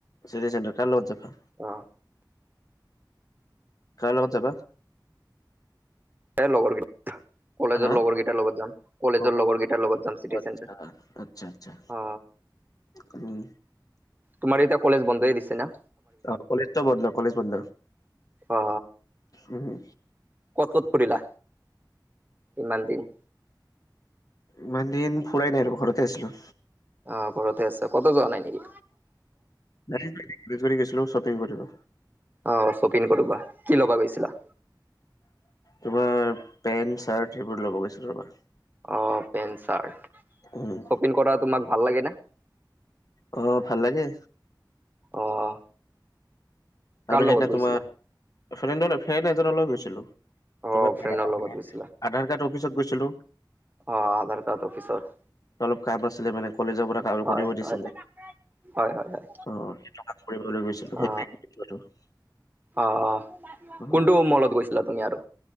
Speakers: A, on the left (about 50°); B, on the right (about 25°).
A: চিতি চেণ্টাৰ কাৰ লগত যাবা
B: অ
A: কাৰ লগত যাবা?
B: লগৰ কেইট কলেজৰ
A: হা
B: লগৰ কেইটাৰ লগত যাম কলেজৰ
A: অ
B: লগৰ কেইটাৰ লগত যাম চিটি
A: আচ্ছা
B: চেণ্টাৰ।
A: আচ্ছা আচ্ছা
B: অ
A: উম।
B: তোমাৰ এতিয়া কলেজ বন্ধই দিছে ন?
A: অ', কলেজটো বন্ধ কলেজ বন্ধ
B: অ
A: উম।
B: ক'ত ক'ত ফুৰিলা, ইমান দিন?
A: ইমান দিন ফুৰাই নাই ৰবা, ঘৰতে আছিলো।
B: অ', ঘৰতে আছে কটো যোৱা নাই নেকি?
A: নাই <unintelligible> চপিং কৰিব।
B: অ', শ্বপিন কৰিব কি ল'বা গৈছিলা?
A: তোমাৰ পেন্ট চাৰ্ট সেইবোৰ ল'ব গৈছিল ৰবা।
B: অ', পেণ্ট চাৰ্ট।
A: উম।
B: শ্বপিং কৰা তোমাক ভাল লাগে না?
A: অ', ভাল লাগে।
B: অ'। কাৰ
A: আৰু সেইদিনা
B: লগত গৈছিলা
A: তোমাৰ ফেণ্ড ফ্ৰেণ্ড এজনৰ লগত গৈছিলো।
B: অ
A: তোমাৰ
B: ফ্ৰেণ্ডৰ
A: আধাৰ
B: লগত গৈছিলা
A: কাৰ্ড অফিচত গৈছিলো।
B: অ', আধাৰ কাৰ্ড অফিচট।
A: অলপ কাম আছিলে মানে কলেজৰ পৰা কাম
B: হয়
A: কৰিব দিছিলে
B: হয় হয় হয় হয়
A: অ', সেইটো কাম কৰিবলৈ গৈছিলো <unintelligible>
B: অ অ',
A: অ'
B: কোনটো মলত গৈছিলা তুমি আৰু?